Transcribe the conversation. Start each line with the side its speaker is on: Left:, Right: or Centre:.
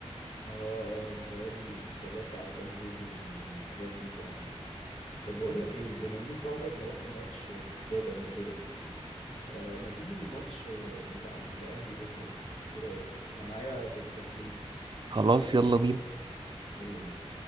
Left: اه اه متهيألي اتفرجت على كام فيديو من ال- من الحاجات دي فعلا طب بقول لك ايه بما ان انت عمرك ما رحت ماتش في استاد قبل كده آه، ما تيجي الماتش آه، بتاع الأهلي بكرة إيه رأيك؟ أنا معايا تذكرتين
Right: خلاص يلا بينا
Left: يلا بينا